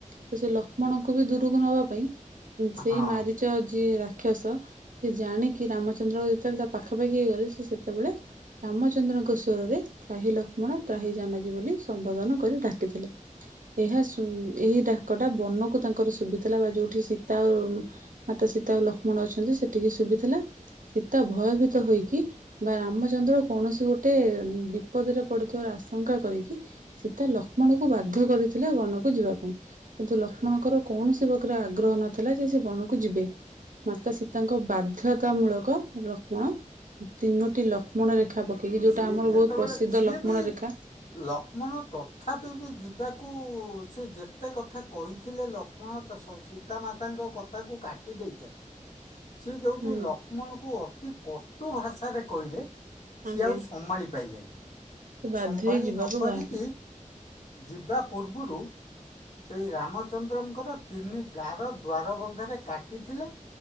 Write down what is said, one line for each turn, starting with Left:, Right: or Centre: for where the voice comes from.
Right: ତ ସେ ଲକ୍ଷ୍ମଣଙ୍କୁ ବି ଦୂରକୁ ନବା ପାଇଁ ସେଇ
Left: ହଁ
Right: ମାରିଚ ଯିଏ ରା ରାକ୍ଷସ ସେ ଜାଣିକି ରାମଚନ୍ଦ୍ର ଯେତେବେଳେ ତା ପାଖା ପାଖି ହେଇ ଗଲେ ସେ ସେତେବେଳେ ରାମଚନ୍ଦ୍ରଙ୍କ ସ୍ୱରରେ ତ୍ରାହି ଲକ୍ଷ୍ମଣ ତ୍ରାହି ଜାନକୀ ବୋଲି ସମ୍ବୋଧନ କରି ଡାକିଥିଲେ ଏହା ସୁ ଏହି ଡାକଟା ବନକୁ ତାଙ୍କର ଶୁଭିଥିଲା ବା ଯୋଉଠି ସୀତା ଆ ମାତା ସୀତା ଓ ଲକ୍ଷ୍ମଣ ଅଛନ୍ତି ସେଠିକି ଶୁଭିଥିଲା ସୀତା ଭୟଭୀତ ହୋଇକି ବା ରାମଚନ୍ଦ୍ର କୌଣସି ଗୋଟେ ବି ବିପଦରେ ପଡିୁଥିବାର ଆଶଙ୍କା କରିକି ସୀତା ଲକ୍ଷ୍ମଣକୁ ବାଧ୍ୟ କରିଥିଲେ ବନକୁ ଯିବା ପାଇଁ କିନ୍ତୁ ଲକ୍ଷ୍ମଣଙ୍କର କୌଣସି ପ୍ରକାରରେ ଆଗ୍ରହ ନଥିଲା ଯେ ସେ ବନକୁ ଯିବେ ମାତା ସୀତାଙ୍କ ବା ବାଦ୍ଧତା ମୂଳକ ଲକ୍ଷ୍ମଣ ତିନୋଟି ଲକ୍ଷ୍ମଣ ରେଖା ପକେଇକି ଯୋଉଟା
Left: ସିଏ
Right: ଆମର
Left: ଯେତେବେଳେ
Right: ବହୁତ ପ୍ରସିଦ୍ଧ
Left: ସିଏ
Right: ଲକ୍ଷ୍ମଣ
Left: ବି
Right: ରେଖା
Left: ଲକ୍ଷ୍ମଣ ତଥାପି ବି ଯିବା କୁ ସେ ଯେତେ କଥା କହିଥିଲେ ଲକ୍ଷ୍ମଣ ସୀତାମାତାଙ୍କ କଥାକୁ କାଟି ଦେଇଥିଲେ ସ ଯୋଉ
Right: ଆଜ୍ଞା
Left: ଲକ୍ଷ୍ମଣ କୁ ଅତି କ କୋଉ ଭାଷାରେ କହିଲେ।
Right: ଆଜ୍ଞା।
Left: ସି ଆଉ ସମ୍ଭାଳି ପାଇଲେନି
Right: ସେ ବାଧ୍ୟ
Left: ସମ୍ଭାଳି
Right: ହେଇ ଯିବାକୁ
Left: ନପାରିକି
Right: ବାହାରିଲେ
Left: ଯିବା ପୂର୍ବ ପୂର୍ବରୁ ସେଇ ରାମଚନ୍ଦ୍ରଙ୍କର ତିନି ଗାର ଦ୍ୱାରବନ୍ଧରେ କାଟିଥିଲେ